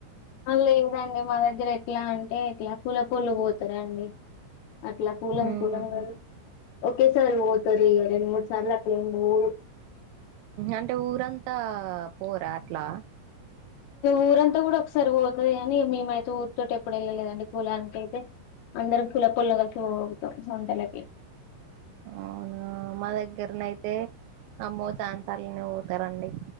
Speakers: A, on the left; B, on the right.
A: లేదండి మా దగ్గర ఎట్లా అంటే ఎట్లా కుల పొళు పోతారుండి అట్లా కూలం
B: ఉహు
A: కూలం కలస్ ఒకేసారి పొతరిగా రెండు మూడు సార్లు ఏం అట్లారు
B: అంటే ఊరంతా పోరా అట్లా
A: ఊరంతా కూడా ఒకసారి పోతుంది నీ మేమైతే ఊరితోో ఎప్పుడు వెళ్ళలేదండి కులానికి అైతే అందరం కులపొలం కలిసి పోతావు వంటలకి
B: అవును మా దగ్గరనైతే అమ్మో ఛాన్సాలనే పోతారంండి